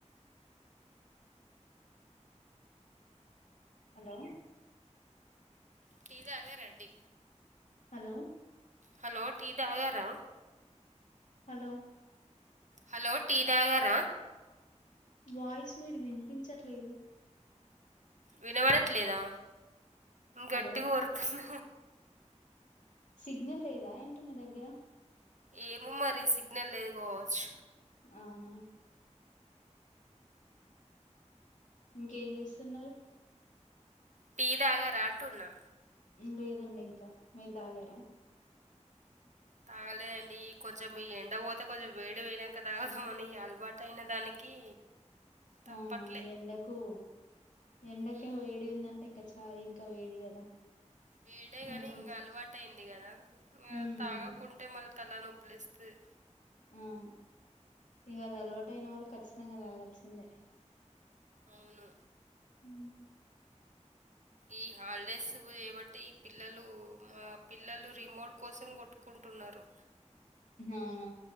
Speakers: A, on the left; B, on the right.
A: హలో
B: టీ తాగారాండి
A: హలో
B: హలో టీ తాగారా
A: హలో
B: హలో టీ తాగారా
A: వాయిస్ మీది వినిపించట్లేదు
B: వినబడట్లేదా
A: హలో
B: గట్టిగా ఓరుతున్న
A: సిగ్నల్ లేదా ఏంటి మీ దగ్గర
B: ఏమో మరి సిగ్నల్ లేదు కావచ్చు
A: అవునా ఇంకేం చేస్తున్నారు
B: టీ తాగారా అంటున్నా
A: లేదండి ఇంకా మీరు తాగారా
B: తాగ లే అండి ఈ కొంచెం ఈ ఎండ పోతే కొంచెం వేడి పోయినంక తాగుదామని ఈ అలవాటైన దానికి తప్పట్లే
A: అవునవును ఎండకు ఎండకే
B: మ్మ్.
A: వేడి ఉందంటే ఇంకా చాయ్ ఇంకా వేడి కదా
B: వేడే
A: కొంచెం
B: గాని ఇంకా అలవాట అయింది కదా ఇగ
A: ఉమ్
B: తాగకుంటే మళ్ళ తల నొప్పులేస్తాది
A: అవును ఇంకా అది అలవాటు అయిన వాళ్ళు ఖచ్చితంగా తాగాల్సిందే
B: అవును
A: ఉమ్,
B: ఈ హాలిడేస్ లేబట్టి ఈ పిల్లలు ఆ పిల్లలు రిమోట్ కోసం కొట్టు కుంటున్నారు
A: అవునా